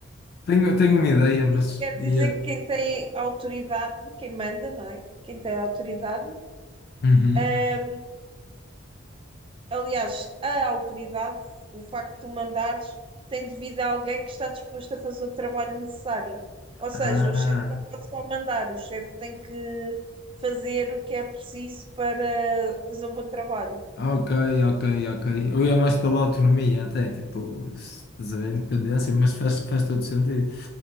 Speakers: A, on the left; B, on the right.
A: Tenho, tenho uma ideia, mas
B: Isto quer
A: ia.
B: dizer que quem tem autoridade, quem manda, não é? Quem tem autoridade,
A: Uhum.
B: ah, Aliás, a autoridade, o facto de tu mandares, tem devido a alguém que está disposto a fazer o trabalho necessário. Ou seja,
A: Ah.
B: o chefe não pode só mandar, o chefe tem que fazer o que é preciso para fazer um bom trabalho.
A: Ah, Ok, ok, ok. Eu ia mais pela autonomia, até, tipo, se estás a ver, independência, mas faz, faz todo sentido.